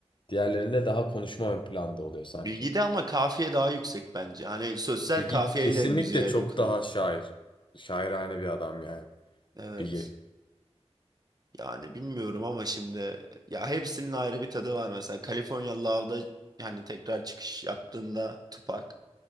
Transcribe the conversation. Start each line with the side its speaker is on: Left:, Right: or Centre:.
Left: Diğerlerinde daha konuşma ön planda oluyor sanki.
Right: Biggie'de ama kafiye daha yüksek bence. Hani sosyal
Left: Biggie
Right: kafiyeyle
Left: kesinlikle
Right: müziğe
Left: çok
Right: dokunuyor.
Left: daha şair. Şairane bir adam yani.
Right: Evet.
Left: Biggie.
Right: Yani bilmiyorum ama şimdi ya hepsinin ayrı bir tadı var. Mesela California Love'da yani tekrar çıkış yaptığında Tupac,